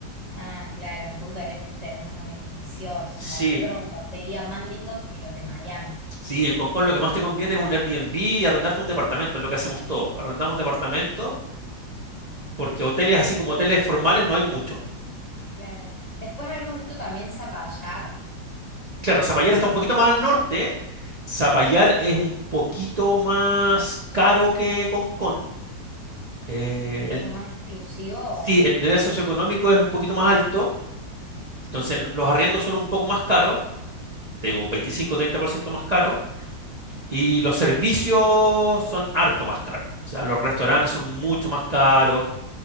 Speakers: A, on the left; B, on the right.
A: Ah, claro, en Punta del Este tenemos unos edificios
B: Sí,
A: monstruosos, te diría más lindos que los de Miami.
B: Sí, en Concón lo que más te conviene es un Airbnb y arrendarte un departamento, es lo que hacemos todos. Arrendamos departamentos porque hoteles así como hoteles formales no hay mucho.
A: Claro. Después hemos visto también Zapallar,
B: Claro, Zapallar está un poquito más al norte. Zapallar es un poquito más caro que Concón. Eh,
A: es como
B: el-
A: más exclusivo.
B: sí, el nivel socioeconómico es un poquito más alto. Entonces lo- los arriendos son un poco más caros, te digo, un 25-30% más caro. Y los servicios son harto más caros. O sea, los restaurantes son mucho más caros.